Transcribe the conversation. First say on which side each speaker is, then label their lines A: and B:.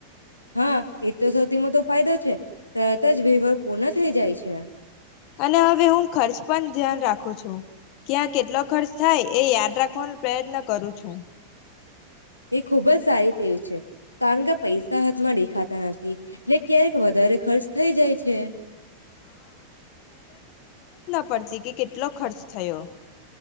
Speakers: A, on the left; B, on the left.
A: હા એ તો સૌથી મોટો ફાયદો છે તરત જ વિવાદ પૂર્ણ થઈ જાય છે.
B: અને હવે હું ખર્ચ પણ ધ્યાન રાખું છું ક્યાં કેટલો ખર્ચ થાય એ યાદ રાખવાનો પ્રયત્ન કરું છું.
A: એ ખૂબ જ સારી તેવ છે કારણ કે પૈસા હાથમાં દેખાતા નથી એટલે ક્યારેક વધારે ખર્ચ થઈ જાય છે.
B: પડશે કે કેટલો ખર્ચ થયો.